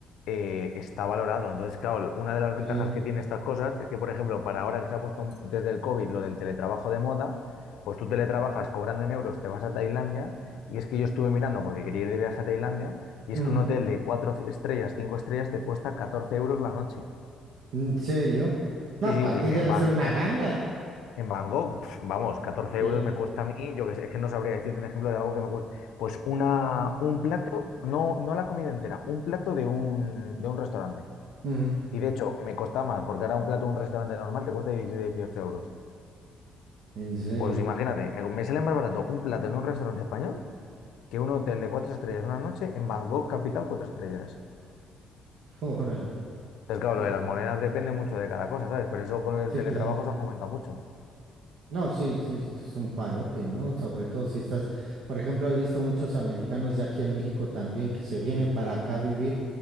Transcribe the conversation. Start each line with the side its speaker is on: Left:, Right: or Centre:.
Left: eh, está valorado. Entonces, claro, una de las
Right: Sí.
Left: ventajas que tiene estas cosas es que, por ejemplo, para ahora que se ha puesto un- desde el COVID lo del teletrabajo de moda, pues tú teletrabajas cobrando en euros, te vas a Tailandia, y es que yo estuve mirando porque quería ir de viaje a Tailandia, y
Right: Ujú.
Left: es que un hotel de cuatro estrellas, cinco estrellas, te cuesta 14 euros la noche.
Right: ¿En serio? No,
Left: Sí, sí,
Right: pues a ti
Left: en
Right: debe
Left: Bangkok.
Right: ser una ganga.
Left: En Bangkok, pf, vamos, catorce
Right: Sí.
Left: euros me cuesta a mí, yo que sé, es que no sabría decirte un ejemplo de algo que me cuesta. Pues una, un plato, no, no la comida entera, un plato de un, de un restaurante.
Right: Ujú.
Left: Y de hecho, me cuesta más, porque ahora un plato de un restaurante normal te cuesta 17 dieciocho euros.
Right: ¿En serio?
Left: Pues imagínate, me, me sale más barato un plato en un restaurante español que un hotel de cuatro estrellas una noche en Bangkok, capital, cuatro estrellas.
Right: Órale.
Left: Es claro,
Right: Sí,
Left: lo de las monedas depende mucho de cada cosa, ¿sabes? Pero eso con el
Right: sí,
Left: teletrabajo
Right: claro.
Left: se ha fomentado mucho.
Right: No, sí, sí, sí, es un parote, ¿no? Sobre todo si estás, por ejemplo, he visto muchos americanos ya aquí en México también que se vienen para acá a vivir